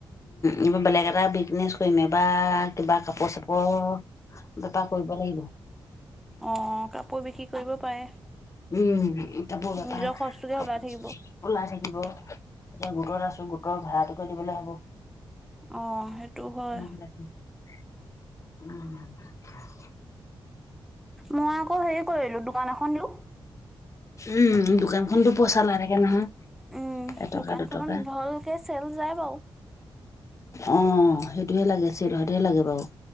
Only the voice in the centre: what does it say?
অ কাপোৰ বিক্ৰী কৰিব পাৰে।
নিজৰ খৰচটোকে ওলাই থাকিব
অ সেইটো হয়।
মই আকৌ হেৰি কৰিলোঁ, দোকান এখন দিলোঁ।
উম
দোকানখনত
ভালকৈ চেল যায় বাৰু।